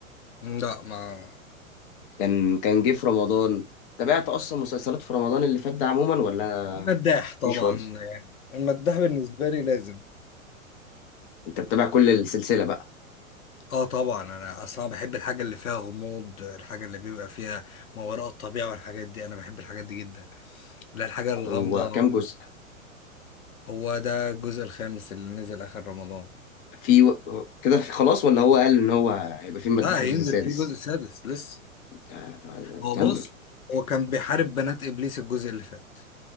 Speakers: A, on the left (about 80°); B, on the left (about 40°).
A: لا ما
B: كان كان جه في رمضان تابعت اصلا مسلسلات في رمضان اللي فات ده عموما ولا
A: مداح طبعا
B: مفيش خالص
A: يعني المداح بالنسبة لي لازم
B: انت بتابع كل السلسله بقى
A: اه طبعا انا اصلا بحب الحاجه اللي فيها غموض الحاجه اللي بيبقى فيها ما وراء الطبيعه والحاجات دي انا بحب الحاجات دي جدا لا الحاجه الغامضه
B: هو كام جزء
A: هو ده الجزء الخامس اللي نزل اخر رمضان
B: في و... كده في خلاص ولا هو قال ان هو هيبقى في مداح
A: لا
B: الجزء
A: هينزل
B: السادس
A: فيه جزء سادس لسه
B: آه، طب
A: هو
B: كمل
A: بص هو كان بيحارب بنات ابليس الجزء اللي فات